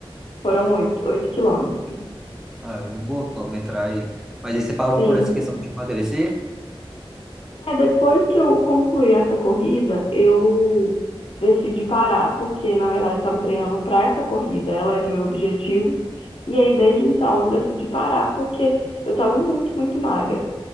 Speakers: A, on the left; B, in the centre.
A: Foram oito oito quilômetros.
B: Ah, é uma boa quilometragem. Mas aí você parou
A: Sim,
B: por essa questão
A: sim.
B: de emagrecer?
A: É, depois que eu concluí essa corrida, eu decidi parar, porque na verdade estava treinando para essa corrida, ela era o meu objetivo. E aí, desde então, eu decidi parar, porque eu estava muito, muito magra.